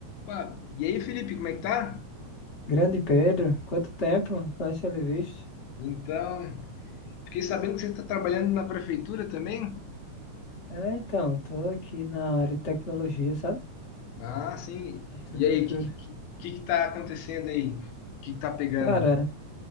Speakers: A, on the left (about 80°); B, on the left (about 35°).
A: Pá, e aí, Felipe, como é que tá?
B: Grande Pedro, quanto tempo? Baixa ele visto.
A: Então, fiquei sabendo que você está trabalhando na prefeitura também?
B: É, então, tô aqui na área de tecnologia, sabe?
A: Ah, sim.
B: Na prefeitura.
A: E aí, o que, que, que que tá acontecendo aí? O que que tá pegando?
B: Cara,